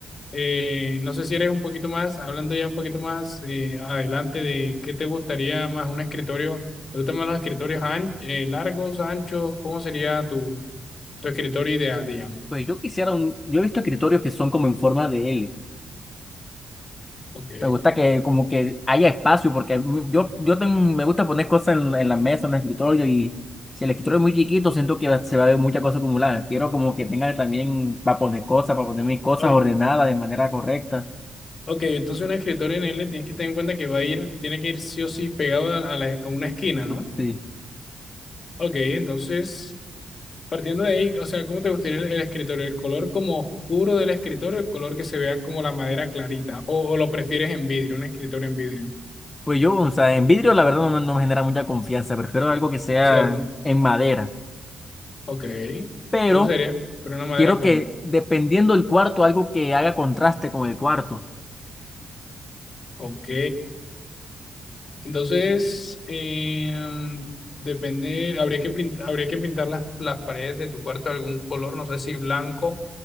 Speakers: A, on the left; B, on the left.
A: Eh, no sé si eres un poquito más, hablando ya un poquito más eh, adelante de qué te gustaría más un escritorio. ¿Te gustan más los escritorios an- eh, largos, anchos? ¿Cómo sería tu, tu escritorio ideal, digamos?
B: Pues yo quisiera un, yo he visto escritorios que son como en forma de L.
A: Ok.
B: Me gusta que como que haya espacio porque mm, yo, yo tengo- me gusta poner cosas en, en la mesa, en el escritorio y si el escritorio es muy chiquito siento que se va a ver muchas cosas acumuladas. Quiero como que tenga también para poner cosas, para poner mis cosas
A: Ok,
B: ordenadas de manera correcta.
A: ok, entonces un escritorio en L tienes que tener en cuenta que va a ir, tiene que ir sí o sí pegado a, la- a la- a una esquina, ¿no?
B: Sí.
A: Ok, entonces, partiendo de ahí, o sea, ¿cómo te gustaría el, el escritorio? ¿El color como oscuro del escritorio, el color que se vea como la madera clarita? ¿O, o lo prefieres en vidrio, un escritorio en vidrio?
B: Pues yo, o sea, en vidrio la verdad no, me no me genera mucha confianza, prefiero algo que sea
A: ¿Cierto?
B: en madera,
A: Ok, entonces
B: pero
A: sería, pero una madera
B: quiero
A: común.
B: que dependiendo del cuarto, algo que haga contraste con el cuarto.
A: Ok, entonces em, depende, habría que pintar, habría que pintar las, las paredes de tu cuarto de algún color, no sé si blanco,